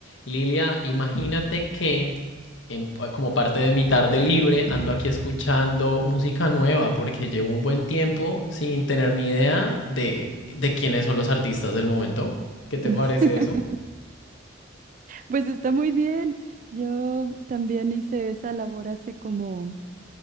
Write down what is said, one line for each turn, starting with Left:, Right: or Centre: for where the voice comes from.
Left: Lilia, imagínate que en- como parte de mi tarde libre ando aquí escuchando música nueva porque llevo un buen tiempo sin tener ni idea de, de quiénes son los artistas del momento. ¿Qué
Right: <laughs>
Left: te parece eso?
Right: Pues está muy bien. Yo también hice esa labor hace como,